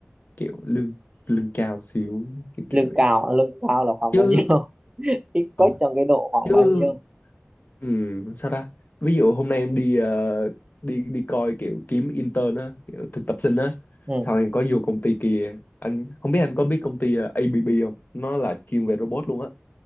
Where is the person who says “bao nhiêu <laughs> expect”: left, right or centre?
Right